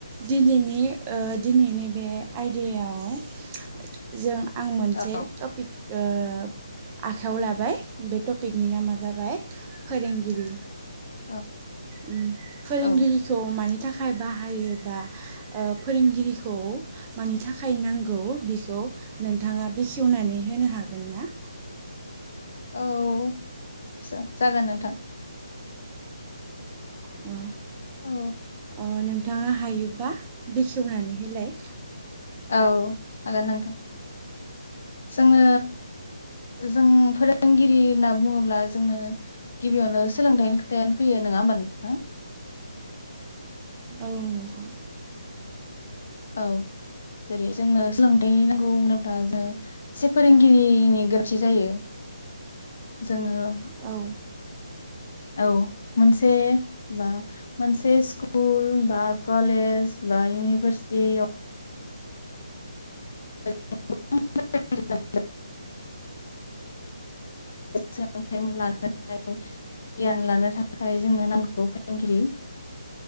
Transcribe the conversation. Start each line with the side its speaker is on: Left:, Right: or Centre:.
Right: दिनैनि ओ दिनैनि बे आयदायाव जों आं मोनसे
Left: औ
Right: टपिक ओ आखायाव लाबाय बे टपिकनि नामा जाबाय फोरोंगिरि
Left: औ
Right: उ फोरोंगिरिखौ
Left: औ
Right: मानि थाखाय बाहायोबा ओ फोरोंगिरिखौ मानि थाखाय नांगौ बेखौ नोंथाङा बेखेवनानै होनो हागोन ना
Left: औ जागोन नोंथां
Right: ओ
Left: औ
Right: ओ नोंथाङा हायोबा बेखेवनानै होलाय
Left: औ हागोन नोंथां जोङो जों फोरों गिरि होनना बुङोब्ला जोंनो गिबियावनो सोलोंथाइनि खोथायानो फैयो नङा होमबा नोंथां
Right: औ नोंथां
Left: औ जेरै जोंनो सोलोंथाइ नांगौ होनोब्ला जोङो एसे फोरोंगिरिनि गोनांथि जायो जोङो
Right: औ
Left: औ मोनसे बा मोनसे स्कुल बा कलेज बा इउनिभारसिटियाव <unintelligible> सोलोंथाइ लानो थाखाय गियान लानो थाखाय जोंनो नांगौ फोरोंगिरि